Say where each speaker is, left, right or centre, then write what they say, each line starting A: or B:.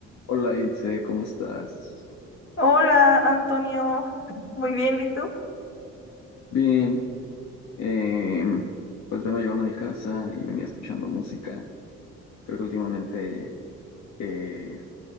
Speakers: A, on the left (about 65°); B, on the left (about 45°).
A: Hola Ilse, ¿cómo estás?
B: Hola, Antonio. Muy bien, ¿y tú?
A: Bien, em, pues vengo llegando a mi casa y venía escuchando música. Creo que últimamente he